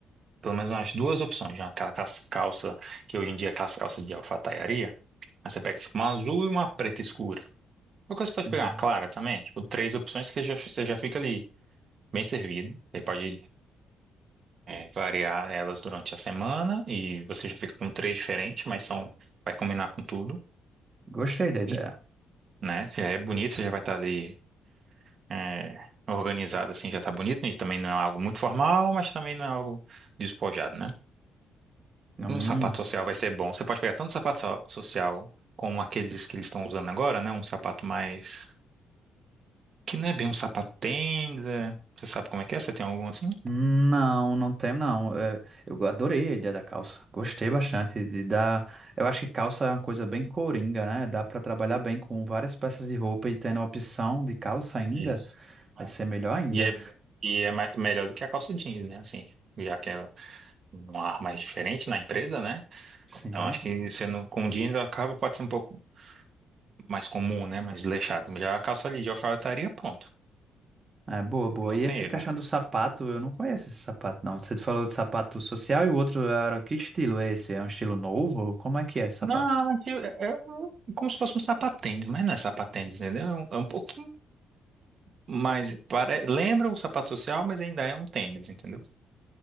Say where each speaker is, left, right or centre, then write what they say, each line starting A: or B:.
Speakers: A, on the right; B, on the right.
A: pelo menos umas duas opções, né? Aquela cas- calça, que hoje em dia é aquelas calças de alfaiataria, aí você pega tipo uma azul e uma preta escura. Uma coisa você pode
B: Hum.
A: pegar uma clara também, tipo três opções que já, você já fica ali bem servido. Aí pode é, variar elas durante a semana e você já fica com três diferentes, mas são, vai combinar com tudo.
B: Gostei da ideia.
A: E, né, já é bonito, você já vai estar ali. é, organizado assim já tá bonito, né? E também não é algo muito formal, mas também não é algo despojado, né?
B: Hum,
A: Um sapato social vai ser bom. Você pode pegar tanto sapato so- social como aqueles que eles estão usando agora, né? Um sapato mais que não é bem um sapato tênis, é... Você sabe como é que é? Você tem algum assim?
B: Não, não tem, não. É, eu adorei a ideia da calça. Gostei bastante de dar. Eu acho que calça é uma coisa bem coringa, né? Dá para trabalhar bem com várias peças de roupa e tendo a opção de calça ainda,
A: Isso.
B: vai
A: É.
B: ser melhor ainda.
A: E é, e é ma- melhor do que a calça jeans, né? Assim, já que é um ar mais diferente na empresa, né?
B: Sim.
A: Então acho que você não, com jeans acaba pode ser um pouco mais comum, né? Mais leixado. Já a calça ali de alfaiataria, pronto.
B: É boa, boa.
A: Não
B: E
A: tem
B: esse
A: erro.
B: caixão do sapato, eu não conheço esse sapato, não. Você falou de sapato social e o outro era que estilo é esse? É um estilo novo? Como é que é esse sapato?
A: Não, mas eu- é, é um- como se fosse um sapatênis, mas não é sapatênis, entendeu? É um, é um pouquinho mais. Pare... Lembra o sapato social, mas ainda é um tênis, entendeu?